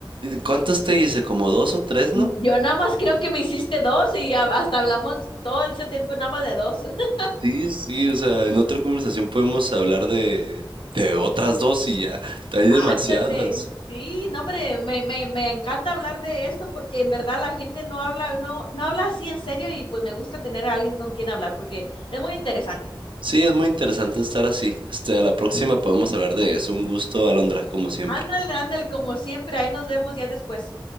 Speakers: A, on the right (about 75°); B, on the left (about 80°).
A: ¿Cuántas te hice? Como dos o tres, ¿no?
B: Yo nada más creo que me hiciste dos y a- hasta hablamos todo ese tiempo nada más de dos. <laughs>
A: Sí, sí, o sea, en otra conversación podemos hablar de, de otras dos y ya. Hay demasiadas.
B: Ándale. Sí, no, hombre, me, me, me encanta hablar de esto porque en verdad la gente no habla, no, no habla así en serio y pues me gusta tener a alguien con quien hablar porque es muy interesante.
A: Sí, es muy interesante estar así. Este, a la próxima podemos hablar de eso. Un gusto, Alondra, como siempre.
B: Ándale, ándale, como siempre, ahí nos vemos ya después.